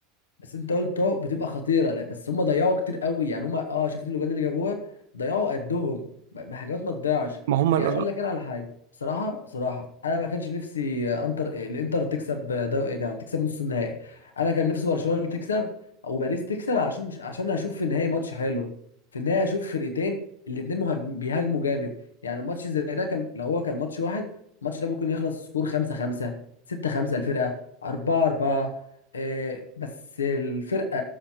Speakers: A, on the left; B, on the right.
A: بس انت قلت اهو بتبقى خطيره لا بس هم ضيعوا كتير قوي يعني هم اه شفت اللجان اللي جابوها ضيعوا قدهم ب- بحاجات ما تضيعش
B: ما هما
A: يعني
B: ال-
A: اقول لك انا على حاجه بصراحه بصراحه انا ما كانش نفسي آه، انتر آه، الانتر تكسب آه، دو... إيه، يعني تكسب نص النهائي انا كان نفسي برشلونه اللي تكسب او باريس تكسب عشان عشان هشوف في النهائي ماتش حلو في النهائي هشوف فرقتين الاتنين مهاجم... بيهاجموا جامد يعني الماتش زي ده كان لو هو كان ماتش واحد الماتش ده ممكن يخلص سكور 5 5 6 5 الفرقه 4 4 آه، بس الفرقه